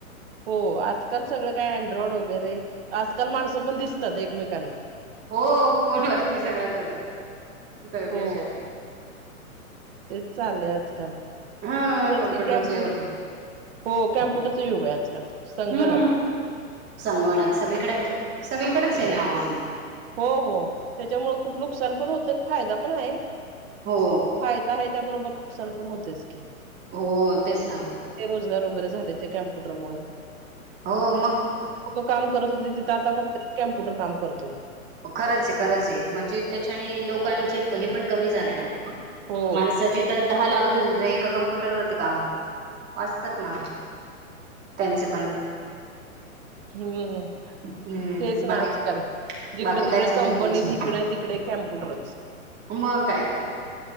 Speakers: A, on the right; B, on the right.
A: हो आजकाल सगळं काय अँड्रॉइड वगैरे आजकाल माणसं पण दिसतात एकमेकांना
B: हो कोण वरती सगळंच होत चौकशा
A: हो तेच चालय आजकाल
B: हा
A: तेच
B: कम्प्युटरच
A: कि कम्प्युटर
B: योग आहे
A: हो कॅम्प्युटरच युग आहे आजकाल संग
B: हम्म.
A: नका
B: संगणक सगळीकडे सगळीकडेच आहे नाव आणि
A: हो हो त्याच्यामुळे खूप नुकसान पण होत आणि फायदा पण हाय
B: हो.
A: फायदा आहे त्याबरोबर नुकसान पण होतयच की
B: हो तेच ना
A: रोजगार वगैरे झाले ते कम्प्युटरमुळे
B: हो मग
A: लोक काम करत होते तिथं आता फक्त कम्प्युटर काम करतोय
B: खरंच आहे खरंच आहे म्हणजे त्याच्याने लोकांचे हे पण कमी झाले ना
A: हो
B: माणसं जिथं धा लागत होती एका कम्प्युटर वरती काम होतं वाचतात ना त्यांचे पण
A: हम्म
B: हम्म
A: तेच
B: बाकी
A: ना आजकाल जिकड
B: बाकी
A: तिकड
B: काय चालू
A: कंपनीत
B: आहे तुमचं
A: हिकड तिकडे कम्प्युटरच
B: मग काय तर